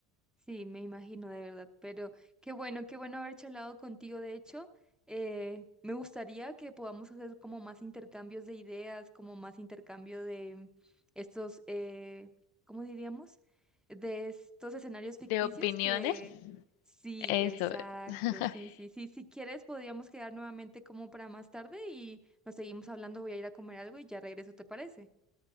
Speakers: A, in the centre; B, on the left.
A: Sí, me imagino de verdad, pero qué bueno, qué bueno haber charlado contigo. De hecho, eh, me gustaría que podamos hacer como más intercambios de ideas, como más intercambio de estos, eh, ¿cómo diríamos? De estos escenarios ficticios
B: de opiniones,
A: que sí,
B: eso.
A: exacto,
B: <laughs>
A: sí, sí, sí. Si quieres, podríamos quedar nuevamente como para más tarde y nos seguimos hablando. Voy a ir a comer algo y ya regreso, ¿te parece?